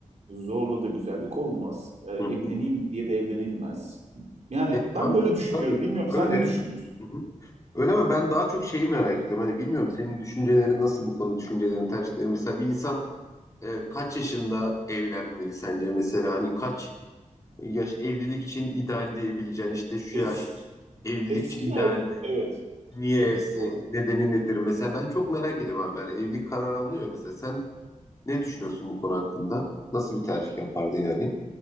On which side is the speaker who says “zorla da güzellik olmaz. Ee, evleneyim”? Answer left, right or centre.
Right